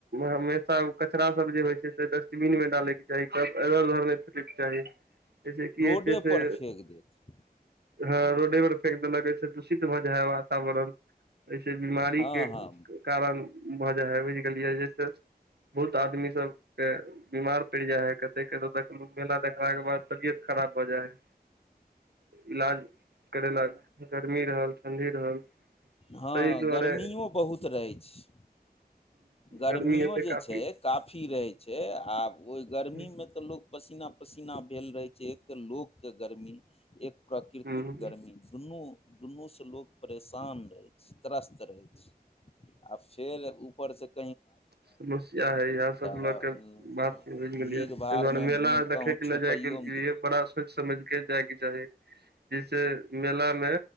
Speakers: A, on the right (about 85°); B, on the left (about 35°).
A: हमेशा कचरा सब जे होइ छै डस्टबिन मे डालैके चाही क इधर उधर नहि फेकैके चाही जयस की
B: रोडे
A: होइ छै से
B: पर फेेक देत
A: ह रोडे पर फेेक देलक चित भऽ जाइ हैय वातावरण एहि से बीमारी
B: हँ
A: के
B: हँ
A: कारण भऽ जाइ हइ बुझि गेलियै जेस बहुत आदमी सबके पड़ जाइ है कते क देख मेला देखलाके बाद तबियत खराब भऽ जाय हैय इलाज करेलाक गर्मी रहल ठण्ढी रहल
B: हँ
A: ताहि दुआरे
B: गर्मीओ बहुत रहै छै गर्मीयो
A: गर्मी एते
B: जे
A: काफी
B: छै काफी रहैत छै आब ओहि गर्मीमे
A: ह
B: तऽ लोक पसीना पसीना भेल रहै छै एक तऽ लोक के गर्मी एक प्राकृतिक
A: ह
B: गर्मी दुनू दुनूसँ लोक परेशान रहै छै त्रस्त रहै छै आ फेर ऊपर से
A: समस्या हैय इएह सब
B: तऽ
A: लऽके बात बुझ गेलियै
B: भीड़
A: तइ
B: भाड़मे
A: दुआरे मेला देखेके
B: कहूँ छुपैयोमे
A: जायके लिए
B: दिक्कत
A: बड़ा सोच समझ के जायके चाही जैेसे मेला मे